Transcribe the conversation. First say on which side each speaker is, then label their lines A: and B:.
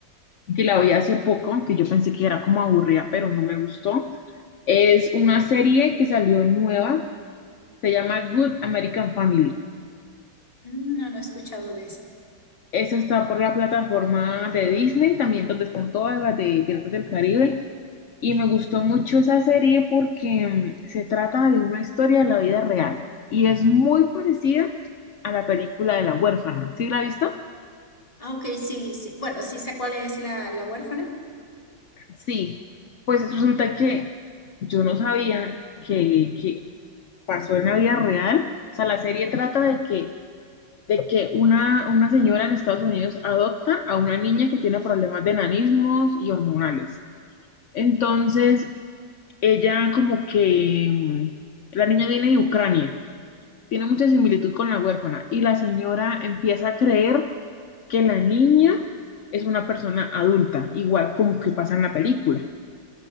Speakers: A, on the left; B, on the left.
A: que la vi hace poco, que yo pensé que era como aburrida, pero no me gustó. Es una serie que salió nueva, se llama Good American Family.
B: Mm, No, no he escuchado de esa.
A: Esa está por la plataforma de Disney, también donde están todas las de Piratas del Caribe. Y me gustó mucho esa serie porque mm, se trata de una historia de la vida real y es muy parecida a la película de La Huérfana. ¿Sí la has visto?
B: Ah, ok, sí, sí. Bueno, sí sé cuál es la, la huérfana.
A: Sí, pues resulta que yo no sabía que, que pasó en la vida real. O sea, la serie trata de que, de que una, una señora en Estados Unidos adopta a una niña que tiene problemas de enanismos y hormonales. Entonces, ella como que, mm, la niña viene de Ucrania, tiene mucha similitud con la huérfana y la señora empieza a creer que la niña es una persona adulta, igual como que pasa en la película.